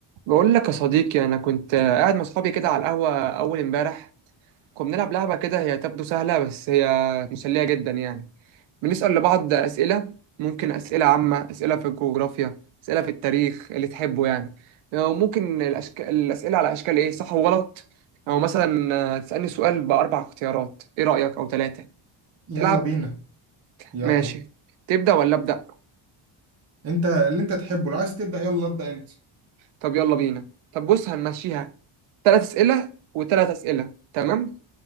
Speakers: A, on the right; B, on the right.
A: بقول لك يا صديقي انا كنت قاعد مع اصحابي كده على القهوه اول امبارح كنا بنلعب لعبه كده هي تبدو سهله بس هي مسليه جدا يعني بنسال لبعض اسئله ممكن اسئله عامه اسئله في الجغرافيا اسئله في التاريخ اللي تحبه يعني وممكن الأشك... الاسئله على اشكال ايه صح وغلط او مثلا آه، تسالني سؤال باربع اختيارات ايه رايك او ثلاثه
B: يلا
A: تلعب
B: بينا يلا
A: ماشي تبدا ولا ابدا
B: انت اللي انت تحبه لو عايز تبدأ يلا ابدأ انت
A: طب يلا بينا طب بص هنمشيها ثلاث اسئله وثلاث اسئله تمام